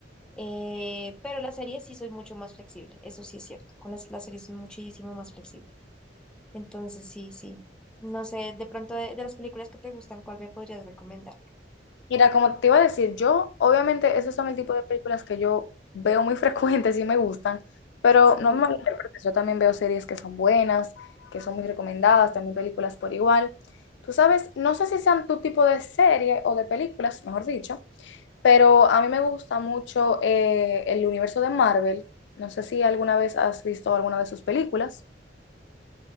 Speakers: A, in the centre; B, on the left.
A: eh, pero las series sí soy mucho más flexible, eso sí es cierto, con las, las series soy muchísimo más flexible. Entonces, sí, sí. No sé, de pronto de, de las películas que te gustan, ¿cuál me podrías recomendar?
B: Mira, como te iba a decir, yo, obviamente, esos
A: Mm,
B: son el tipo de películas que yo veo muy <laughs> frecuentes y me gustan, pero
A: Sí.
B: no me malinterpretes, yo también veo series que son buenas, que son muy recomendadas, también películas por igual. Tú sabes, no sé si sean tu tipo de serie o de películas, mejor dicho, pero a mí me gusta mucho eh, el universo de Marvel. No sé si alguna vez has visto alguna de sus películas.